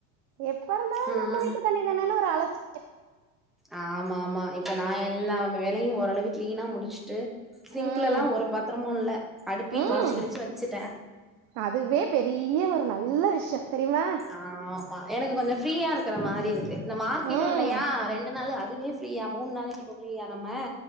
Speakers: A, on the right (about 50°); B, in the centre.
A: எப்ப இருந்தாலு
B: ம்
A: நம்ம வீட்டு தண்ணிதானனு ஒரு அலச்
B: ஆமா ஆமா இப்ப நா எல்லா வேலையு ஓரளவு கிளீனா முடிச்சுட்டு சிங்க்லல்லா
A: ம்
B: ஒரு பாத்தரமு இல்ல அடுப்பியு
A: ம்
B: தொடச்சு கிடச்சு வச்சுட்ட
A: அதுவே பெரிய ஒரு நல்ல விஷ்யோ தெரியுமா
B: ஆமா எனக்கு கொஞ்சோ ஃப்ரீயா இருக்கற மாரி இருக்கு இந்த மார்க்கெட்டு
A: ம்
B: இல்லையா ரெண்டு நாளு அதுவே ஃப்ரீயா மூணு நாளைக்கு இப்ப ஃப்ரீயா நம்ம